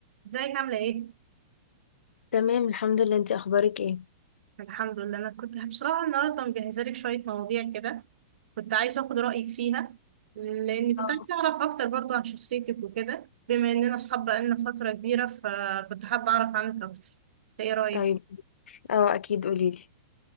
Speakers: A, on the right (about 60°); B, on the left (about 80°).
A: ازيك عاملة ايه؟
B: تمام الحمد لله انتي اخبارك ايه
A: الحمد لله انا كنت بصراحة النهاردة مجهزة لك شوية مواضيع كده كنت عايزة اخد رأيك فيها لاني كنت
B: آه.
A: عايزة اعرف اكتر برضو عن شخصيتك وكده بما اننا اصحاب بقالنا فترة كبيرة فكنت حابة اعرف عنك اكتر ايه رأيك؟
B: طيب اه اكيد قوليلي